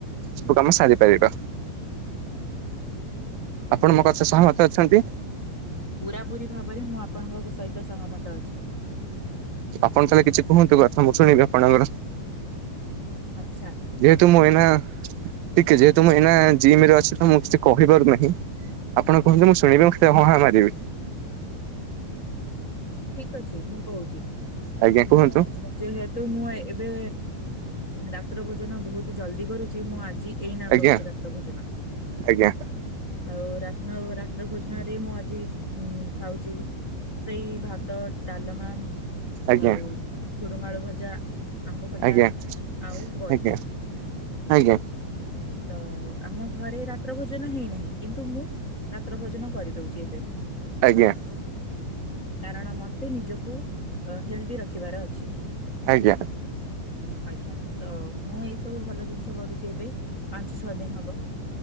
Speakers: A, on the right; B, on the left.
A: ସବୁ କାମ ସାରିପାରିବା। ଆପଣ ମୋ କଥା ସହମତ ଅଛନ୍ତି?
B: ପୁରା ପୁରି ଭାବରେ ମୁଁ ଆପଣଙ୍କ ସହିତ ସହମତ ଅଛି।
A: ଆପଣ ତାହେଲେ କିଛି କୁହନ୍ତୁ କଥା ମୁଁ ଶୁଣିବି ଆପଣଙ୍କର?
B: ଆଚ୍ଛା।
A: ଯେହେତୁ ମୁଁ ଏଇନା ଟିକେ ଯେହେତୁ ମୁଁ ଏଇନା ଜିମ୍ ରେ ଅଛି ମୁଁ କିଛି କହିପାରୁନାହିଁ ଆପଣ କୁହନ୍ତୁ ମୁଁ ଶୁଣିବି ମୁଁ ଖାଲି ହଁ ହାଁ ମାରିବି।
B: ଠିକ୍ ଅଛି ମୁଁ କହୁଚି
A: ଆଜ୍ଞା
B: ମୁଁ
A: କୁହନ୍ତୁ
B: ଯେହେତୁ ମୁଁ ଏବେ ରାତ୍ର ଭୋଜନ ବହୁତ୍ ଜଲ୍ଦୀ କରୁଛି ମୁଁ ଆଜି ଏଇନା
A: ଆଜ୍ଞା
B: କରୁଚି ରାତ୍ର ଭୋଜନ।
A: ଆଜ୍ଞା
B: ଆଉ ରାତ୍ନ ରାତ୍ର ଭୋଜନ୍ ରେ ମୁଁ ଆଜି ଉ ଖାଉଚି ସେଇ ଭାତ, ଡାଲମା
A: ଆଜ୍ଞା
B: ଆଉ ଝୁଡୁଙ୍ଗ ଆଳୁ ଭଜା ଆମ୍ବ ଖଟା
A: ଆଜ୍ଞା
B: ଆଉ ବଡ଼ି।
A: ଆଜ୍ଞା ଆଜ୍ଞା
B: ତ ଆମ ଘରେ ରାତ୍ର ଭୋଜନ ହେଇନାହିଁ କିନ୍ତୁ ମୁଁ ରାତ୍ର ଭୋଜନ କରିଦଉଛି ଏବେ।
A: ଆଜ୍ଞା।
B: କାରଣ ମତେ ନିଜକୁ ହେଲ୍ଦୀ ରଖିବାର ଅଛି।
A: ଆଜ୍ଞା।
B: ଆଜ୍ଞା ତ ମୁଁ ଏଇ ସବୁ ଭଲ ଜିନିଷ କରୁଛି ଏବେ। ପାଞ୍ଚ ଛଅ ଦିନି ହବ।